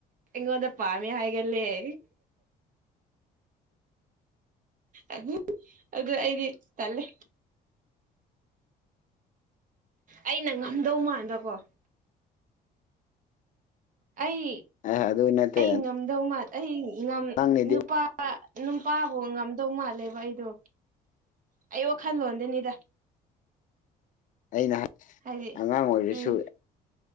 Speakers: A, on the right (about 50°); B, on the left (about 50°).
A: ꯏꯉꯣꯟꯗ ꯄꯝꯃꯤ ꯍꯥꯏꯒ ꯂꯩꯦ ꯑ ꯑ ꯑꯩꯗꯤ ꯇꯂꯦ ꯑꯩꯅ ꯉꯝꯗꯧ ꯃꯥꯟꯥꯟꯕꯀꯣ ꯑꯩ
B: ꯑꯦ ꯑꯗꯨ ꯅꯠꯇꯦ
A: ꯑꯩ ꯉꯝꯗꯧꯃ ꯑꯩ
B: ꯅꯪꯅꯗꯤ
A: ꯅꯨꯄꯥ ꯅꯨꯄꯥꯕꯨ ꯉꯝꯗꯧ ꯃꯥꯜꯂꯦꯕ ꯑꯩꯗꯣ ꯑꯩ ꯋꯥꯈꯜꯂꯣꯟꯗꯅꯤꯗ
B: ꯑꯩꯅ
A: ꯍꯥꯏꯗꯤ
B: ꯑꯉꯥꯡ ꯑꯣꯏꯔꯁꯨ
A: ꯎꯝ